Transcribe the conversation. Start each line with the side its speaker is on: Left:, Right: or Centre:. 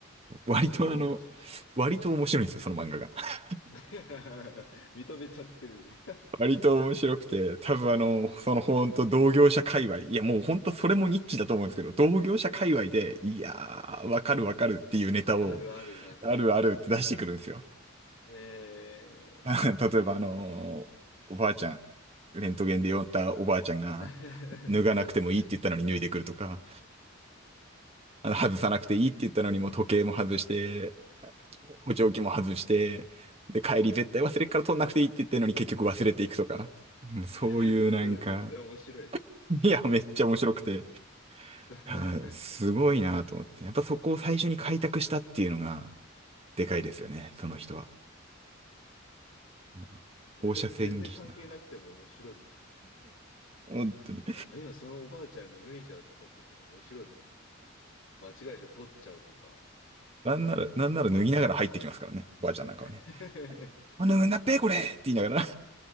Right: 割とあの、
Left: すごいな、それ。
Right: 割と面白いんですよ、その漫画が。<laughs>
Left: <laughs> 認めちゃってるね
Right: 割と面白くて、多分あの、そのほんと同業者界隈、いやもうほんとそれもニッチだと思うんですけど、同業者界隈で、いやー、わかるわかるっていうネタを、
Left: <laughs> あるあるなんですか。
Right: あるあるって出してくるんですよ。
Left: へえ。
Right: <laughs> 例えばあのーおばあちゃん、レントゲンで呼んだおばあちゃんが、
Left: <laughs> うんうん
Right: 脱がなくてもいいって言ったのに脱いでくるとか、あの、外さなくていいって言ったのにもう時計も外して、補聴器も外して、で、帰り絶対忘れっから取んなくていいって言ってるのに結局忘れていくとか。うんそういうなんか、
Left: <laughs>。それ絶対面白い
Right: いや、めっちゃ面白くて、
Left: な。
Right: あーすごいなと思って。やっぱそこを最初に開拓したっていうのが、
Left: <laughs> あー
Right: でかいですよね、その人は。うん
Left: ねだって全然関係なくても面白いもん。
Right: 放射線技師な。本当に。
Left: あ、今そのおばあちゃんの脱いじゃうとかもちょっと面白いもん。間違えて取っちゃうとか。
Right: なんなら、なんなら脱ぎながら入ってきますからね、
Left: は、
Right: おばあちゃんなんかはね。
Left: <laughs>
Right: あ、脱ぐんだっぺ、これって言いながら